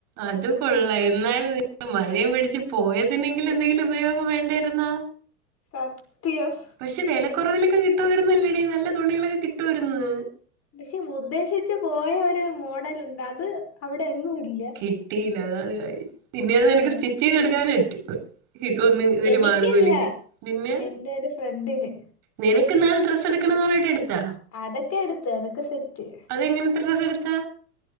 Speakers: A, on the right (about 45°); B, on the left (about 30°).
A: അത് കൊള്ള എന്നാലും നി മഴയും പിടിച്ച് പോയതിനെങ്കിലും ന്തെങ്കിലും ഉപയോഗം വേണ്ടായിരുന്നോ
B: സത്യം.
A: പക്ഷെ വെലക്കുറവിലൊക്കെ കിട്ടുവായിരുന്നല്ലോടീ നല്ല തുണികളൊക്കെ കിട്ടുവായിര്ന്ന്.
B: പക്ഷെ ഉദ്ദേശിച്ച് പോയ ഒരു മോഡലുണ്ട് അത് അവടെ എങ്ങുല്ല
A: കിട്ടിയില്ല അതാണ് കാര്യം പിന്നെ അത് നിനക്ക്
B: ആഹ്
A: സ്റ്റിച്ച് ചെയ്തെടുക്കാനെ റ്റൂ ഇതോന്നും ഒരു
B: എനിക്കല്ല
A: മാർഗോല്ലെങ്കി നിന്നെയാ
B: എന്റെ ഒരു ഫ്രണ്ടിന്
A: നിനക്ക് ഇന്നാള് ഡ്രസ് എടുക്കണം പറഞ്ഞട്ട് എടുത്താ
B: അതെക്കെ എട്ത്ത് അതൊക്കെ സെറ്റ്
A: അതെങ്ങൻത്തെ ഡെസ്സ്‌ എടുത്താ